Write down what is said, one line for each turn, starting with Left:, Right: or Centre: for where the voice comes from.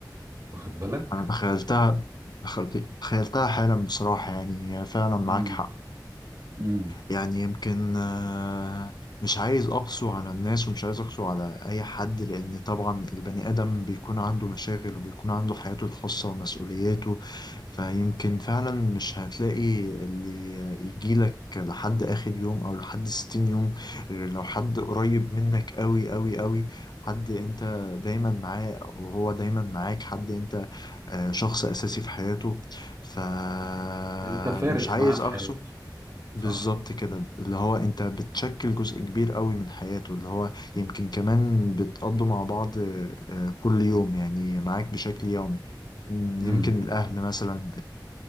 Right: واخد بالك
Left: أنا تخيلتها دخلت تخيلتها حالا بصراحة يعني هي فعلا معاك
Right: امم
Left: حق
Right: امم
Left: يعني يمكن آه، مش عايز أقسو على الناس ومش عايز أقسو على أي حد لأن طبعا البني آدم بيكون عنده مشاغل وبيكون عنده حياته الخاصة ومسؤولياته فيمكن فعلا مش هتلاقي اللي يجيلك لحد آخر يوم أو لحد 60 يوم غير لو حد قريب منك أوي أوي أوي حد انت دايما معاه وهو دايما معاك حد انت آه، شخص اساسي في حياته فمش
Right: انت فارق
Left: عايز
Right: معاه في
Left: اقسو
Right: حياته
Left: بالظبط
Right: صح
Left: كده اللي هو انت بتشكل جزء كبير قوي من حياته اللي هو يمكن كمان بتقضوا مع بعض آه، كل يوم يعني معاك بشكل يومي يمكن
Right: امم
Left: الأهل مثلا